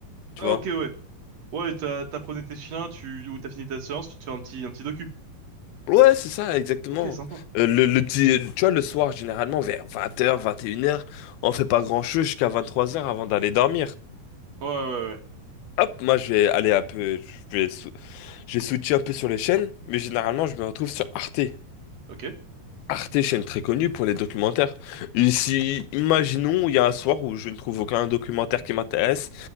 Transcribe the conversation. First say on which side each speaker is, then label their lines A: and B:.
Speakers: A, on the left; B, on the right.
A: tu
B: Ah,
A: vois.
B: ok, ouais. Ouais, t'as- t'apprenais tes chiens, tu, ou t'as fini ta séance, tu te fais un petit, un petit docu.
A: Ouais, c'est ça, exactement.
B: Ok, sympa.
A: Euh, le, le petit, euh, tu vois, le soir, généralement, vers vingt heures vingt et une heures on fait pas grand-chose jusqu'à vingt trois heures avant d'aller dormir.
B: Ouais, ouais, ouais.
A: Hop, moi, je vais aller un peu, je vais, sou- je vais switcher un peu sur les chaînes, mais généralement, je me retrouve sur Arte.
B: Ok.
A: Arte, chaîne très connue pour les documentaires. Et si, imaginons, il y a un soir où je ne trouve aucun documentaire qui m'intéresse,